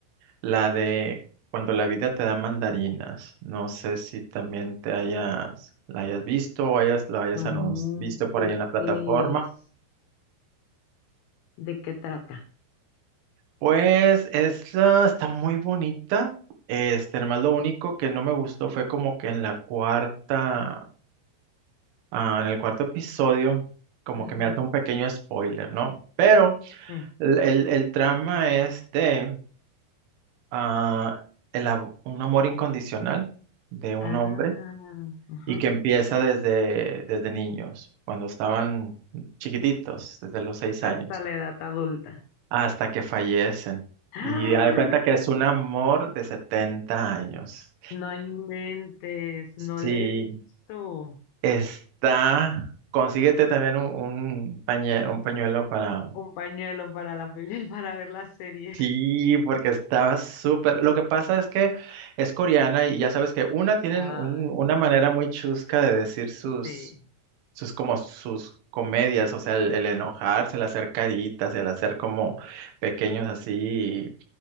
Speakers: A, on the right (about 75°); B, on the left (about 75°).
A: la de Cuando la vida te da mandarinas. No sé si también te hayas, la hayas visto o hayas, la hayas
B: No,
A: anunci- visto por
B: ¿de
A: ahí en la plataforma.
B: qué es? ¿De qué trata?
A: Pues esta está muy bonita. Este, nomás lo único que no me gustó fue como que en la cuarta, ah, en el cuarto episodio, como
B: Ujú,
A: que me hace un pequeño spoiler, ¿no? Pero
B: sí.
A: el, el- el trama es de ah, el ab- un amor incondicional de un
B: Ah,
A: hombre
B: ajá.
A: y que empieza desde, desde niños, cuando estaban chiquititos, desde los seis años.
B: Hasta la edad adulta.
A: hasta que fallecen.
B: ¡Ah!
A: Y da de cuenta que es un amor de 70 años.
B: No inventes, no
A: Sí,
B: le he visto.
A: está. Consíguete también un, un, pañe- un pañuelo para.
B: Un pañuelo para la peli, <laughs> para ver la serie.
A: Sí, porque está súper. Lo que pasa es que es coreana y ya sabes que una tienen
B: Ay,
A: un- una manera
B: sí,
A: muy chusca de decir sus
B: sí,
A: sus como sus comedias, o sea, el, el enojarse, el hacer caritas, el hacer como pequeños así,